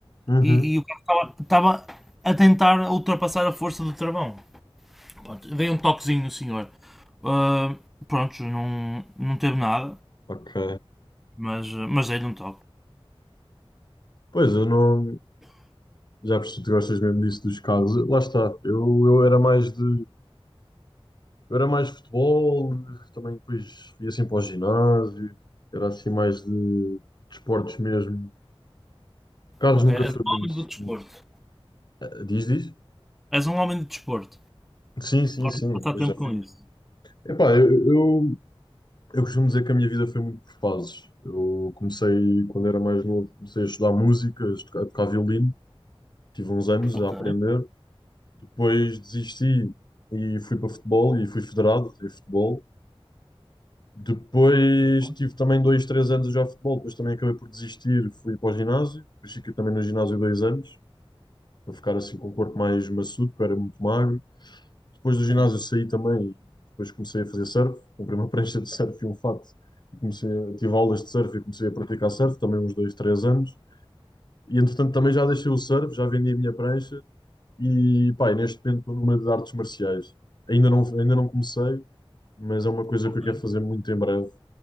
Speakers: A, on the left (about 45°); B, in the centre.
A: Uhum.
B: e, e o carro estava a tentar ultrapassar a força do travão. Pronto, veio um toquezinho no senhor. Ah, pronto, não, não teve nada,
A: Ok.
B: mas, mas dei-lhe um toque.
A: Pois eu não. Já percebi que tu gostas mesmo disso dos carros. Lá está. Eu, eu era mais de. Eu era mais futebol, também depois ia assim para o ginásio, era assim mais de, de esportes mesmo. Carlos
B: Ok,
A: nunca
B: é
A: foi
B: o
A: muito,
B: homem do desporto.
A: muito- Ah, Diz, diz?
B: És um homem de desporto.
A: Sim, sim,
B: Gosto
A: sim,
B: de passar
A: eu
B: tempo
A: já fui.
B: com isso.
A: Epá, eu, eu, eu costumo dizer que a minha vida foi muito por fases. Eu comecei, quando era mais novo, comecei a estudar música, a tocar a tocar violino, tive uns anos
B: Ok.
A: a aprender. Depois desisti e fui para futebol e fui federado em futebol. Depois
B: Boa.
A: tive também dois, três anos a jogar futebol, depois também acabei por desistir, fui para o ginásio, depois fiquei também no ginásio dois anos, para ficar assim com o corpo mais maçudo, que eu era muito magro. Depois
B: Ok.
A: do ginásio saí também e depois comecei a fazer surf, comprei uma <laughs> prancha de surf e um fato, e comecei a, tive aulas de surf e comecei a praticar surf, também uns dois, três anos. E entretanto também já deixei o surf, já vendi a minha prancha e pá, e neste momento estou numa de artes marciais. Ainda não, ainda não comecei, mas é uma coisa
B: Ok.
A: que eu quero fazer muito em breve